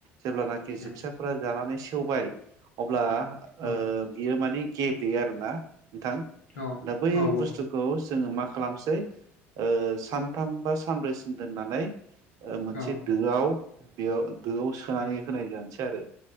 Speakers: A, on the right; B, on the left.
A: जेब्लानाखि
B: उम
A: जिबसाफोरा जानानै सेवबाय अब्ला ओ
B: औ
A: बियो मानि <unintelligible> आरोना नोंथां
B: औ
A: दा बै
B: औ
A: बुस्थुखौ जोङो मा खालामसै ओ सानथाम बा सानब्रैसिम दोननानै ओ मोनसे
B: औ
A: दोआव बेयाव दोआव सोनानै
B: उम
A: होनाय जानसै आरो